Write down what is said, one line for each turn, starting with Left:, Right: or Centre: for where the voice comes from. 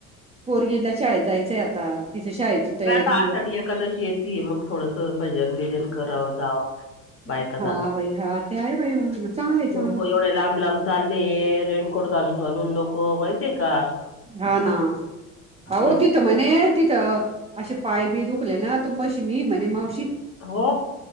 Right: पोर गिल्या शाळेत जायचं आहे आता. तिच शाळेची तयारी.
Left: बाई आता आषाढी एकादशी येत मग थोडस भजन बीजन करावं जाव. बायका जातात
Right: हा बाई हा ते आहे बाई चांगलंय चांगलंय
Left: लोक एवढे लांब लांब. चाल्ले रेनकोट घालून. घलून लोक वळते का
Right: हा ना अहो
Left: लोक.
Right: तिथं म्हणे तिथं असे पाय बी दुखले ना मशीनी म्हणे मावशी.
Left: हो